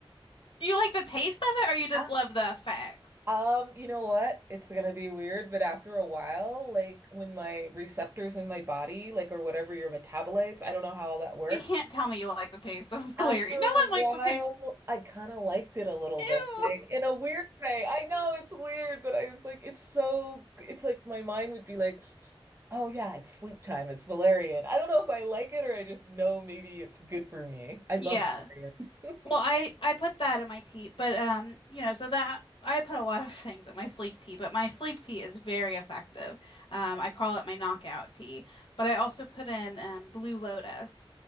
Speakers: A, on the left; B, on the right.
A: You like the taste of it or you just
B: God.
A: love the effects?
B: Um, you know what? It's gonna be weird, but after a while, like when my receptors in my body, like or whatever your metabolites, I don't know how all that works.
A: You can't tell me you like the taste of <laughs> valerian.
B: After a
A: No
B: while,
A: one likes the taste.
B: I kind of liked it a little
A: Ew.
B: bit, like in a weird way. I know it's weird, but I was like, it's so, it's like my mind would be like, oh yeah, it's sleep time, it's valerian. I don't know if I like it or I just know maybe it's good for me. I
A: Yeah.
B: love valerian. <laughs>
A: Well, I I put that in my tea, but um, you know, so that I put a lot of things in my sleep tea, but my sleep tea is very effective. Um, I call it my knockout tea, but I also put in um, Blue Lotus,